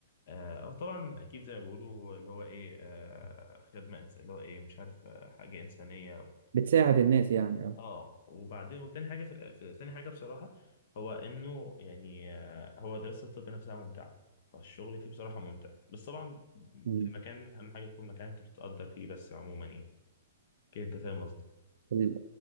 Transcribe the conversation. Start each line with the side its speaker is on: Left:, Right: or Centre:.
Left: آه أو طبعا أكيد زي ما بيقولوا اللي هو إيه آه خدمة إنس- اللي هو إيه مش عارف آه حاجة إنسانية
Right: بتساعد الناس يعني اه
Left: آه وبعدين وتاني حاجة في, الآ- في تاني حاجة بصراحة هو إنه يعني آه هو دراسة الطب نفسها ممتعة فالشغل فيه بصراحة ممتع بس طبعا
Right: مم.
Left: في مكان أهم حاجة يكون مكان أنت بتتقدر فيه بس عموما يعني كده أنت فاهم قصدي
Right: ال-